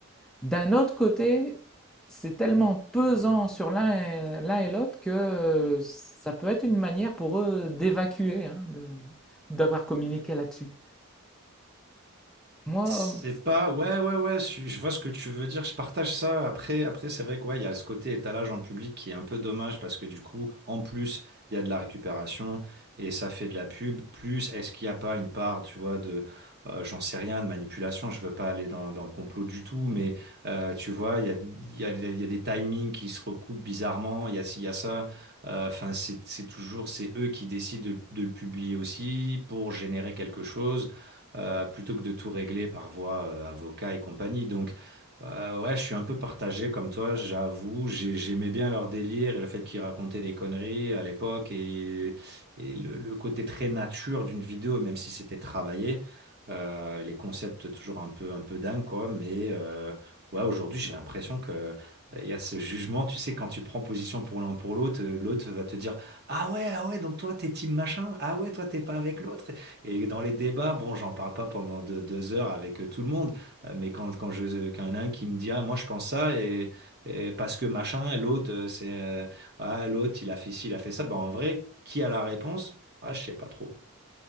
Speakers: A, in the centre; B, on the right.
A: D'un autre côté, c'est tellement pesant sur l'un et l'un et l'autre que euh, ça peut être une manière pour eux d'évacuer, hein, de- d'avoir communiqué là-dessus. Moi,
B: C'est pas, ouais, ouais, ouais, je, je vois ce que tu veux dire, je partage ça. Après, après c'est vrai quoi, il y a ce côté étalage en public qui est un peu dommage parce que du coup, en plus, il y a de la récupération et ça fait de la pub. Plus, est-ce qu'il n'y a pas une part, tu vois, de, euh, j'en sais rien, de manipulation, je veux pas aller dans, dans le complot du tout, mais
A: <clears throat> <humming>
B: euh, tu vois, il y a, il y a, il y a des timings qui se recoupent bizarrement, il y a ci, il y a ça. Euh, Enfin, c'est c'est toujours, c'est eux qui décident de de le publier aussi pour générer quelque chose euh, plutôt que de tout régler par voie euh, avocat et compagnie. Donc, euh, ouais, je suis un peu partagé comme toi, j'avoue. J'ai- j'aimais bien leur délire et le fait qu'ils racontaient des conneries à l'époque et, et le, le côté très nature d'une vidéo, même si c'était travaillé. Euh, les concepts toujours un peu, un peu dingues, quoi. Mais euh, ouais, aujourd'hui, j'ai l'impression que euh, il y a ce jugement, tu sais, quand tu prends position pour l'un pour l'autre, euh, l'autre va te dire, Ah ouais, ah ouais, donc toi, t'es team machin, ah ouais, toi, t'es pas avec l'autre. Et dans les débats, bon, j'en parle pas pendant deux, deux heures avec euh, tout le monde, euh, mais quand, quand je, quand il y en a un qui me dit, ah, moi, je pense ça, et, et parce que machin, et l'autre, euh, c'est, euh, ah, l'autre, il a fait ci, il a fait ça, ben, en vrai, qui a la réponse? Ah, je sais pas trop.